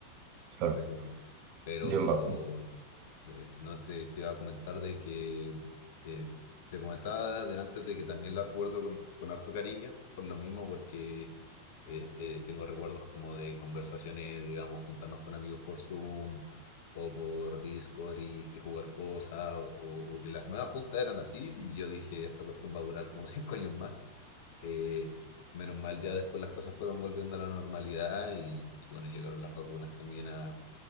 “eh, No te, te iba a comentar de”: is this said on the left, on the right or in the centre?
Left